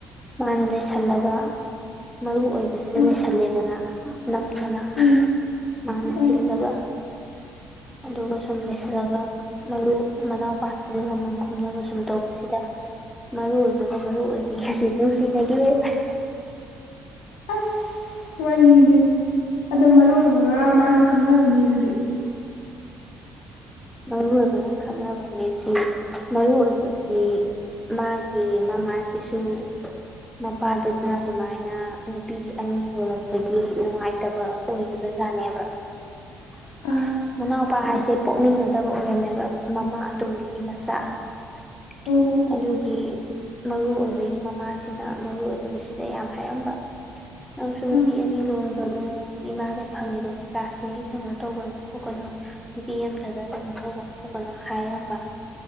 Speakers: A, in the centre; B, on the left (about 80°).
A: ꯃꯥꯅ ꯂꯩꯁꯜꯂꯒ ꯃꯔꯨ ꯑꯣꯏꯕꯁꯤꯗ
B: ꯑꯥ
A: ꯂꯩꯁꯜꯂꯦꯗꯅ ꯅꯝꯗꯅ
B: ꯎꯝ
A: ꯃꯅꯥ
B: ꯑꯥ
A: ꯁꯤꯂꯒ ꯑꯗꯨꯒ ꯁꯨꯝ ꯂꯩꯁꯤꯜꯂꯒ ꯃꯔꯨ ꯃꯅꯥꯎꯄꯥꯁꯤꯗ ꯂꯃꯝ ꯈꯨꯝꯅꯕ ꯁꯨꯝ ꯇꯧꯕꯁꯤꯗ ꯃꯔꯨꯑꯣꯏꯕꯒ ꯃꯔꯨ ꯑꯣꯏꯕꯤꯒꯁꯤ ꯅꯨꯡꯁꯤꯅꯒꯤꯕꯩ ꯋꯥꯔꯤ
B: ꯑꯁ ꯋꯥꯔꯤꯁꯦ ꯑꯗꯣ ꯃꯔꯨ ꯑꯣꯏꯕꯒ ꯃꯥꯒ ꯈꯪꯅꯕ ꯃꯤꯗꯨꯗꯤ
A: ꯃꯔꯨ ꯑꯣꯏꯕꯒ ꯈꯪꯅꯕ ꯃꯤ ꯁꯤ ꯃꯔꯨ ꯑꯣꯏꯕꯁꯤ ꯃꯥꯒꯤ ꯃꯃꯥꯁꯤꯁꯨ ꯃꯄꯥꯗꯨꯅ ꯑꯗꯨꯃꯥꯏꯅ ꯅꯨꯄꯤ ꯑꯅꯤ ꯂꯣꯜꯂꯛꯄꯒꯤ ꯅꯨꯡꯉꯥꯏꯇꯕ ꯑꯣꯏꯒꯤ ꯕꯖꯥꯠꯅꯦꯕ ꯫
B: ꯑꯥ
A: ꯃꯅꯥꯎꯄꯥ ꯍꯥꯏꯁꯦ ꯄꯣꯛꯃꯤꯟꯅꯗꯕ ꯑꯣꯏꯔꯝꯃꯦꯕ ꯃꯃꯥ ꯑꯇꯣꯝꯕꯤꯒꯤ ꯃꯆꯥ ꯫
B: ꯑꯣ
A: ꯑꯗꯨꯒꯤ ꯃꯔꯨ ꯑꯣꯏꯕꯒꯤ ꯃꯃꯥꯁꯤꯅ ꯃꯔꯨ ꯑꯣꯏꯕꯁꯤꯗ ꯌꯥꯝ ꯍꯥꯏꯔꯝꯕ ꯫ ꯅꯪꯁꯨ ꯅꯨꯄꯤ
B: ꯑꯥ
A: ꯑꯅꯤ ꯂꯣꯟꯒꯅꯨ ꯫ ꯏꯃꯥꯗ ꯐꯪꯉꯤꯕ ꯃꯩꯆꯥꯛꯁ‌ꯦ ꯀꯩꯅꯣ ꯇꯧꯒꯅꯨ ꯈꯣꯠꯀꯅꯨ ꯅꯨꯄꯤ ꯑꯃꯇ ꯗ ꯀꯩꯅꯣ ꯇꯧꯒꯅꯨ ꯈꯣꯠꯀꯅꯨ ꯍꯥꯏꯔꯝꯕ